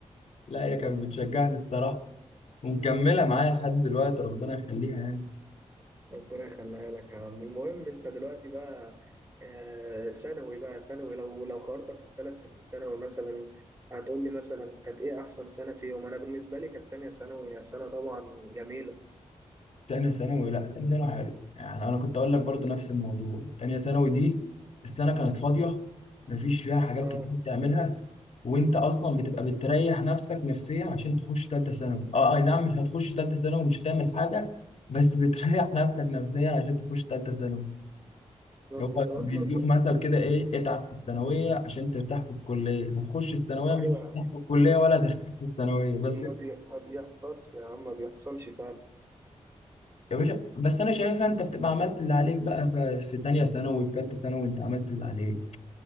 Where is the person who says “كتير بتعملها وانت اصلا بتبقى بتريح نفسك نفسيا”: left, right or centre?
Left